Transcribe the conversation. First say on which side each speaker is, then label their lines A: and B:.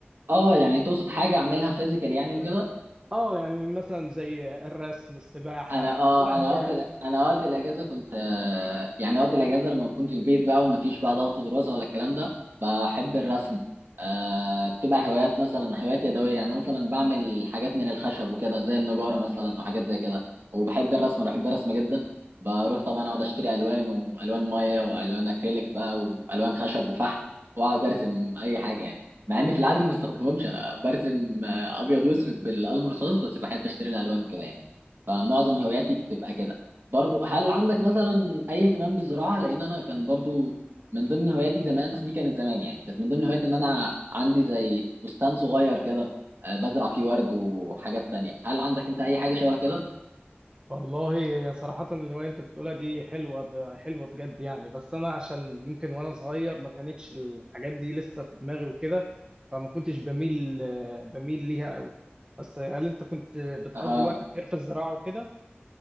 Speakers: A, on the right (about 65°); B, on the right (about 20°).
A: اه يعني تقصد حاجه اعملها فيزيكال يعني وكده
B: اه يعني مثلا زي الرسم السباحة
A: انا اه
B: كلها هوايات
A: انا وقت الأ- انا وقت الاجازه كنت آه، يعني وقت الاجازه لما بكون في البيت بقى ومفيش بقى ضغط دراسه ولا الكلام ده بحب الرسم آه بتبقى هوايات مثلا هوايات يدويه يعني مثلا بعمل حاجات من الخشب وكده زي النجاره مثلا او حاجات زي كده وبحب الرسم انا بحب الرسم جدا بروح طبعا اقعد اشتري الوان والوان ميه والوان اكريليك بقى والوان خشب وفحم واقعد ارسم اي حاجه يعني مع اني في العادي ما بستخدمهمش انا برسم آه، ابيض واسود بالقلم الرصاص بس بحب اشتري الالوان وكده يعني فمعظم هواياتي بتبقى كده برضو هل عندك مثلا اي اهتمام بالزراعه لان انا كان برضو من ضمن هواياتي زمان بس دي كانت زمان يعني كانت من ضمن هواياتي ان انا عندي زي بستان صغير كده آه، بزرع فيه ورد وحاجات تانية هل عندك انت اي حاجه شبه كده
B: والله هي صراحة الهواية اللي انت بتقولها دي حلوة ب... حلوة بجد يعني بس انا عشان يمكن وانا صغير ما كانتش الحاجات دي لسه في دماغي وكده فما كنتش بميل بميل ليها قوي بس هل انت كنت بتقضي
A: اها
B: وقت كتير في الزراعة وكده؟